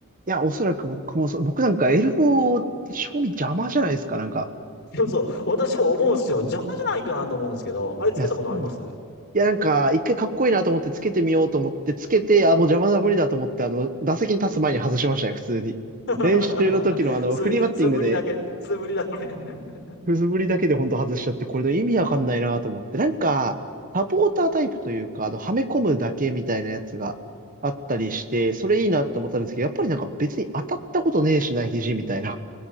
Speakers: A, on the right; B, on the left.
A: や、おそらく僕もそう、僕なんかエルボーって正味邪魔じゃないですか、なんか。
B: <laughs> そうそう、私も思うんですよ。邪魔じゃないかなと思うんですけど、あれつけたことあります
A: いや、そうなんです。いや、なんか、一回かっこいいなと思ってつけてみようと思って、つけて、あ、もう邪魔だ無理だと思って、あの、打席に立つ前に外しましたよ、普通に。
B: 素 <laughs>、
A: 練習の時のあの、フリーバッティングで、
B: 素振りだけ、素振りだけ <laughs>
A: くすぶりだけでほんと外しちゃって、これの意味わかんないなと思って。なんか、サポータータイプというか、あの、はめ込むだけみたいなやつがあったりして、それいいなって思ったんですけど、やっぱりなんか別に当たったことねえしな、肘みたいな。